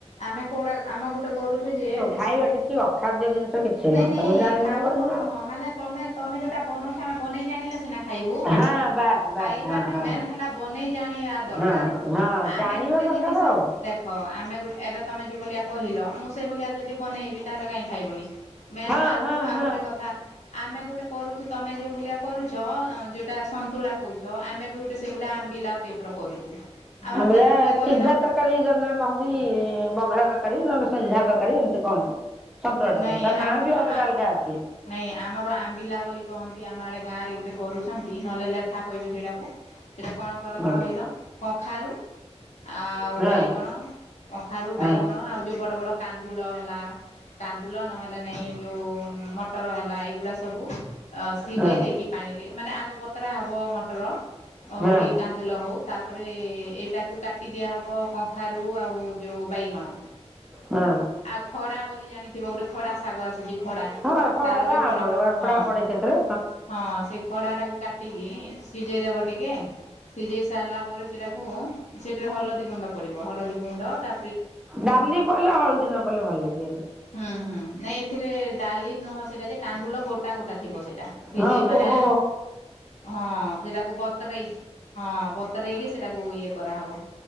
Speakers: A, on the left (about 80°); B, in the centre.
A: ଆମେ କୋଉଡା ଆମ ଗୋଟେ କରୁଛୁ ଯ ପିସୁ
B: ଖାଇବା କିଛି ଅଖାଦ୍ୟ ଜିନିଷ କିଛି
A: ନାଇଁ
B: ନୁହଁ
A: ନାଇଁ।
B: ତମେ ଜାଣିନ
A: ଖାଉନୁ
B: କରିନ।
A: ନୁହଁ ମାନେ ତମେ ତମେ ଯେଉଁଟା ବନଉଛ। ଆମେ ବନେଇ ଜାଣିଲ ସିନା ଖାଇବୁ
B: ହଁ ବାସ୍ ବାସ୍
A: ଖାଇବା
B: ହଁ ହଁ।
A: ମେନ୍ ହେଲା ବନେଇ ଜାଣିବା ଦରକାର।
B: ହଁ ହଁ
A: ଆମେ
B: ଜାଣିବା
A: ଗୋଟେ
B: ଦରକାର
A: ଜିନିଷ
B: ଆଉ।
A: ଦେଖ ହଁ ଆମେ ଗୋଟେ ଏବେ ତୁମେ ଯେଉଁ ଭଳିଆ କହିଲ ମୁଁ ସେଇଭଳିଆ ଯଦି ବନେଇବି ତାହେଲେ କାହିଁ ଖାଇବୁନି। ମେନ୍
B: ହଁ
A: ଆ
B: ହଁ
A: ଆଉ
B: ହଁ।
A: ଗୋଟେ କଥା ଆମେ ଗୋଟେ କରୁଛୁ ତମେ ଯୋଉ ଭଳିଆ କରୁଛ ଯୋଉଟା ସନ୍ତୁଳା କହୁଛ ଆମେ ବି ଗୋଟେ ସେଭଆ ଆମ୍ବିଲା ଟାଇପି ର କରୁଛୁ।
B: ଆମର
A: କେମିତି ହୁଏ କହିଲ
B: ଶିଯାକ ତରକାରୀ ଜଣେ ଜଣେ କହନ୍ତି ବଘରା ଦରକାରୀ ନହେଲେ ସଝା ଦରକାରୀ ଏମିତି କହନ୍ତି। ସତରାଟାକୁ
A: ନାଇଁ
B: ତାର ନାଁ
A: ଆମର
B: ବି ଅଲଗା
A: ଆ
B: ଅଲଗା ଅଛି।
A: ନାଇଁ ଆମର ଆମ୍ବିଲା ବୋଲି କହନ୍ତି ଆମ ଆଡେ ଗାଁରେ ଗୋଟେ କରୁଛନ୍ତି ନହେଲେ ଲେଥା କହିବେ ସେଇଟାକୁ। ସେଇଟା କଣ କରନ୍ତି
B: ହଁ
A: କହିଲ କଖାରୁ ଆଉ
B: ହଁ
A: ବାଇଗଣ ଅଖାରୁ
B: ହଁ
A: ବାଇଗଣ ଆଉ ଯୋଉ ବଡ ବଡ କାନ୍ଦୁଳ ହେଲା କାନ୍ଦୁଳ ନହେଲେ ନାହିଁ ଯେଉଁ ମ ହେ ଏଗୁଡା ସବୁ ସିଝେଇ
B: ହଁ।
A: ଦେଇକି ପାଣିରେ ମାନେ ଆଗ ବତିରା ହବ। ର ଆଉ
B: ହଁ
A: କି। ତେଲ ହଉ ତାପରେ ଏଇଟାକୁ କାଟି ଦିଆହବ କଖାରୁ ଆଉ ଯଉଁ ବାଇଗଣ।
B: ହଁ।
A: ଆଉ ଖଡା ବୋଲି ଜାଣିଥିବ ଗୋଟେ ଖଡା ଶାଗ ଆସୁଛି ଖଡା
B: ହଁ ଖଡା
A: ତାର
B: ବା
A: ଯୋଉ ବଡ
B: ଆମର
A: ବଡ
B: ବା ଖଡା
A: ହଁ।
B: ପଡେ ସେଥିରେ
A: ହଁ ସେ ଖଡା ଟାକୁ କାଟିକି ସିଝେଇ ଦବ ଟିକେ ସିଝେଇ ସାରିଲା ପରେ ସେଟାକୁ ସେଠରେ ହଳଦୀ ଗୁଣ୍ଡ ପଡିବ ହଳଦୀ ଗୁଣ୍ଡ ତା
B: ଡାଲି ପଇଲେ ହଳଦୀ ନ ପଡ଼ଲେ ଭଲ ଲାଗିଗନି।
A: ହୁଁ ହୁଁ ନାଇଁ ଏଥିରେ ଡାଲି ନୁହଁ ସେଇଟା ଯେ କାନ୍ଦୁଲ ଗୋଟା ଗୋଟା ଥିବ ସେଇଟା। ସିଝେଇ
B: ହଁ
A: ମାନେ
B: କହ?
A: ହଁ ସେଟାକୁ ବତୁରେଇ ହଁ ବତରଇକି ସେଇଟାକୁ ଇଏ କରାହେବ।